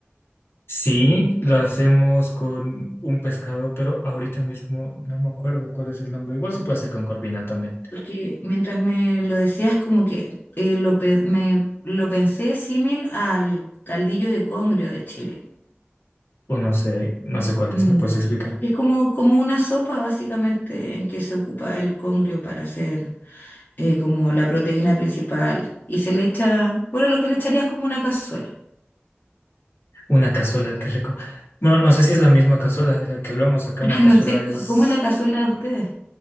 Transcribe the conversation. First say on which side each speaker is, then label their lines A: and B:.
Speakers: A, on the left; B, on the left.
A: Sí, lo hacemos con un pescado, pero ahorita mismo no me acuerdo cuál es el nombre. Igual se puede hacer con corvina también.
B: Porque mientras me lo decías, como que eh, lo, pe- me, lo pensé símil al caldillo de congrio de Chile.
A: o no sé, no sé cuál
B: Mm.
A: es, ¿me puedes explicar?
B: Es como, como una sopa, básicamente, en que se ocupa el congrio para hacer eh, como la proteína principal. Y se le echa, bueno, lo que le echarías como una cazuela.
A: Una cazuela, qué rico. Bueno, no sé si es la misma cazuela de la que hablamos acá.
B: <laughs>
A: Una cazuela
B: No sé, co-
A: es,
B: ¿cómo es la cazuela de ustedes?